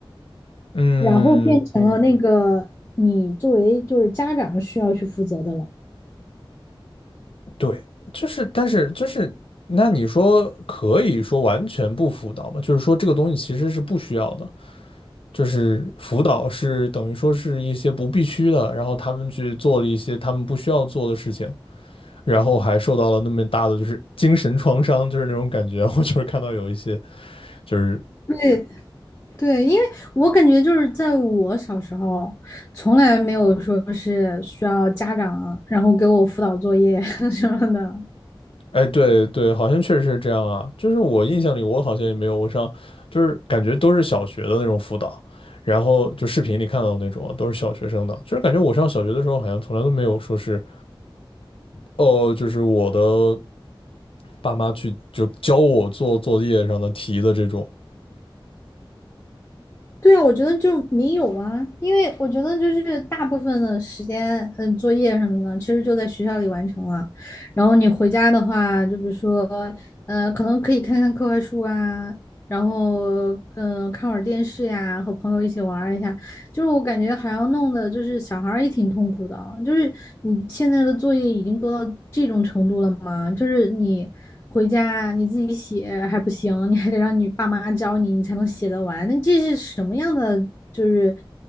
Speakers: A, on the left; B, on the left.
A: 嗯，
B: 然后变成了那个你作为就是家长需要去负责的了。
A: 对，就是，但是就是，那你说可以说完全不辅导吗？就是说这个东西其实是不需要的，就是辅导是等于说是一些不必须的，然后他们去做了一些他们不需要做的事情，然后还受到了那么大的就是精神创伤，就是那种感觉。<laughs> 我就是看到有一些就是
B: 对对，因为我感觉就是在我小时候，从来没有说是需要家长然后给我辅导作业 <laughs> 什么的。
A: 哎，对对，好像确实是这样啊。就是我印象里，我好像也没有，我上就是感觉都是小学的那种辅导，然后就视频里看到的那种啊，都是小学生的。就是感觉我上小学的时候，好像从来都没有说是哦，就是我的爸妈去就教我做作业上的题的这种。
B: 对啊，我觉得就没有啊，因为我觉得就是大部分的时间，嗯，作业什么的，其实就在学校里完成了。然后你回家的话，就比如说，呃，可能可以看看课外书啊，然后，嗯、看会儿电视呀，和朋友一起玩儿一下。就是我感觉还要弄的，就是小孩儿也挺痛苦的啊就是你现在的作业已经多到这种程度了吗？就是你回家你自己写还不行，你还得让你爸妈教你，你才能写得完。那这是什么样的？就是